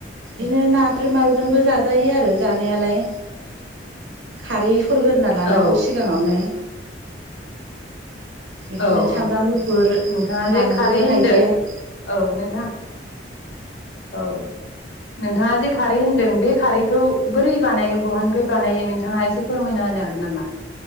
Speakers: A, on the right; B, on the left.
A: बिदिनो ना ब्रमाजोंबो जाजायो आरो जानायालाय खारै सरग्रोना लानांगौ
B: औ
A: सिगाङावनो बिदिनो
B: औ
A: सामब्राम
B: औ
A: गुफुर
B: नोंथाङा जे
A: बानलु
B: खारै होनदों
A: हाइजेंओं
B: औ नोंथाङा औ नोंथाङा जे खारै होनदों बे खारैखौ बोरै बानायो बहानिफ्राय बानायो नोंथाङा एसे फोरमायना होनो हागोन नामा